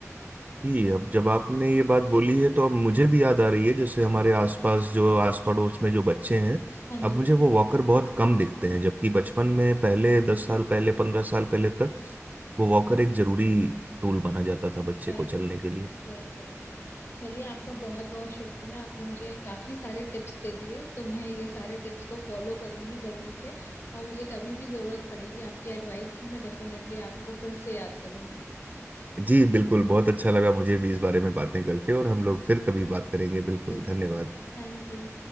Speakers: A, on the right; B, on the left.
A: जी अब जब आपने ये बात बोली है तो अब मुझे भी याद आ रही है जैसे हमारे आसपास जो आस पड़ोस में जो बच्चे हैं
B: हाँ जी
A: अब मुझे वो वॉकर बहुत कम दिखते हैं जबकि बचपन में पहले दस साल पहले पंद्रह साल पहले तक वो वॉकर एक जरूरी टूल माना जाता था बच्चे
B: वही
A: को चलने के लिए
B: वही वही वही चलिए आपका बहुत बहुत शुक्रिया आपने मुझे काफी सारे टिप्स दे दिए तो मैं ये सारे टिप्स को फॉलो करूंगी जरूर से और मुझे कभी भी जरूरत पड़ेगी आपकी एडवाइस की मैं डेफिनेटली आपको फिर से याद करूंगी
A: जी बिल्कुल बहुत अच्छा लगा मुझे भी इस बारे में बातें करके और हम लोग फिर कभी बात करेंगे बिल्कुल
B: बिल्कुल
A: धन्यवाद
B: बिल्कुल थैंक यू